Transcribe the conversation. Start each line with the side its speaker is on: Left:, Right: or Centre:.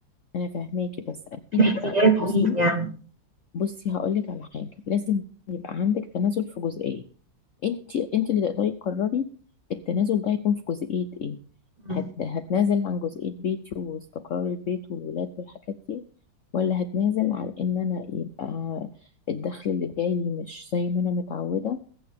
Left: أنا فاهماكي بس أكيد
Right: في احتياج
Left: يبقى
Right: ليه
Left: بصي
Right: يعني
Left: بصي هقولك على حاجة لازم يبقى عندك تنازل في جزئية انت انت اللي تقدري تقرري التنازل ده هيكون في جزئية ايه
Right: م-
Left: هت... هتنازل عن جزئية بيتي واستقرار البيت والولاد والحاجات دي ولا هتنازل عن ان انا يبقى الدخل اللي جاي لي مش زي ما انا متعودة